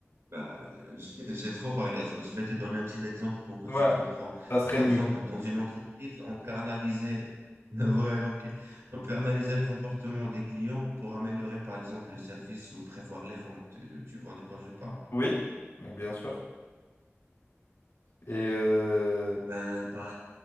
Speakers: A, on the right; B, on the left.
A: Bah, euh, j'ai j'ai trop parlé. Je vais te donner un petit exemple pour que tu
B: Ouais,
A: comprends.
B: ça serait
A: Par
B: mieux.
A: exemple, dans une entreprise, on peut analyser, <laughs> ouais, ok. On peut analyser le comportement des clients pour améliorer, par exemple, le service ou prévoir les ventes. Euh, Tu vois de quoi je parle?
B: Oui, ouais, bien sûr. Et euh,
A: Ben, par